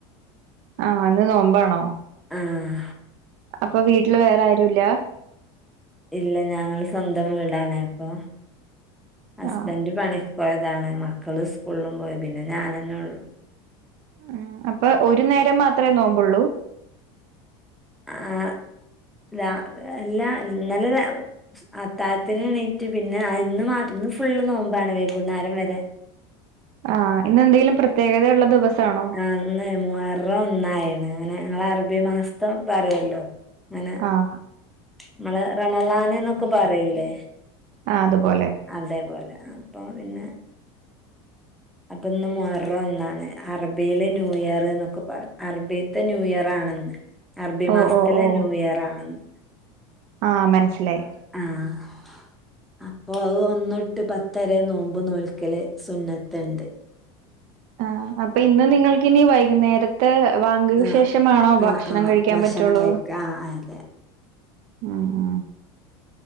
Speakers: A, on the right; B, in the centre.
A: ആഹ് ന്ന് നോമ്പാണോ
B: ആഹ്
A: അപ്പൊ വീട്ടില് വേറാരൂല്ല
B: ഇല്ല ഞങ്ങള് സ്വന്തം വീടാണ് അപ്പൊ ഹസ്ബൻഡ്
A: ആഹ്
B: പണി ക്കോയതാണ് മക്കള് സ്കൂളിലും പോയി പിന്നെ ഞാനന്നെള്ളു
A: ആഹ് അപ്പൊ ഒരു നേരം മാത്രേ നോമ്പുള്ളൂ
B: അ ആ രാ എല്ലാ ഇന്നലെ ര അത്തായ് ത്തിന് ണീട്ട് പിന്നെ ഇന്ന് ഇന്ന് ഫുള്ള് നോമ്പാണ് വൈകുന്നേരം വരെ
A: ആഹ് ഇന്നെന്തേലും പ്രത്യേകതയുള്ള ദിവസാണോ
B: ആഹ് ന്ന് മുഹറം ഒന്നായിണ്. ഞങ്ങളർബി മാസം പറ്യല്ലോ ങ്ങനെ
A: ആഹ്
B: മ്മളെ റമളാന്ന്നൊക്കെ പറയിലേ
A: ആഹ് അതുപോലെ
B: അതേപോലെ അപ്പം പിന്നെ അപ്പൊ ഇന്ന് മൊഹറം ഒന്നാണ് അറബിയിലെ ന്യൂ ഇയറ്ന്നൊക്കെ പറ അറബിത്തെ ന്യൂ ഇയർ ആണ് ഇന്ന് അറബി
A: ഓ
B: മാസത്തിലെ
A: ഓ ഓ
B: ന്യൂ ഇയർ ആണ്ന്ന്
A: ആഹ് മനസ്സിലായി
B: ആഹ് അപ്പൊ അത് ഒന്നൊട്ട് പത്തരെ നോമ്പ് നോൽക്കല് സുന്നത്ത്ണ്ട്
A: ആഹ് അപ്പൊ ഇന്ന് നിങ്ങൾക്ക് ഇനി വൈകുന്നേര ത്തെ വാങ്കിന്
B: ആഹ്
A: ശേഷമാണോ
B: ആഹ്
A: ഭക്ഷണം
B: ആഹ്
A: കഴിക്കാൻ
B: ഭക്ഷണം
A: പറ്റുള്ളു
B: കഴിക്ക ആഹ് അതെ
A: ആഹ് ആഹ്